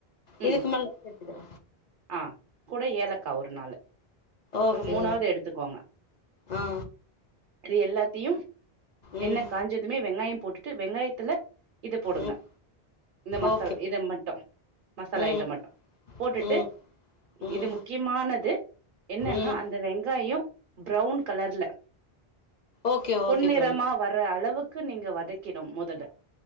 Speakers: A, on the right; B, on the left.
A: ம்
B: இதுக்கு மேல க்கிறே
A: ஆ கூட ஏலக்கா ஒரு நாளு
B: ஓகே
A: ஒரு மூணாவது
B: ஓ
A: எடுத்துக்கோங்க
B: ஆ
A: அது எல்லாத்தையு
B: ம்
A: எண்ண காஞ்சதுமே வெங்காயம் போட்டுட்டு வெங்காயத்துல இத போடுங்க
B: ம்
A: இந்த மசாலா
B: ஓகே
A: இத மட்டு மசாலா
B: ம்
A: ஐட்டோ மட்டு போட்டுட்டு
B: ம் ம்
A: இது முக்கியமானது என்னன்னா
B: ம்
A: அந்த வெங்காயோ ப்ரௌன் கலர்ல
B: ஓகே
A: பொன்னிறமா
B: ஓகே தோழி
A: வர அளவுக் க்கு நீங்க வதக் கிடும் முதல்ல